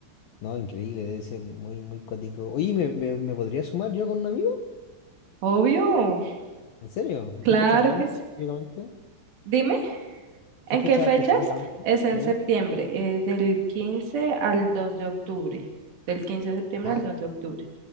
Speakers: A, on the left (about 70°); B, on the right (about 65°).
A: No, increíble, debe ser muy, muy cuático. Oye, ¿me, me, me podría sumar yo con un amigo?
B: Obvio,
A: ¿En serio? ¿Y
B: claro
A: qué fechas van
B: que
A: específicamente?
B: sí. Dime,
A: ¿Qué
B: ¿en
A: fecha
B: qué fechas?
A: específicamente?
B: Es
A: Sí.
B: en septiembre, eh, del 15 al 2 de octubre. Del quince de septiembre
A: Ah,
B: al 2 de octubre.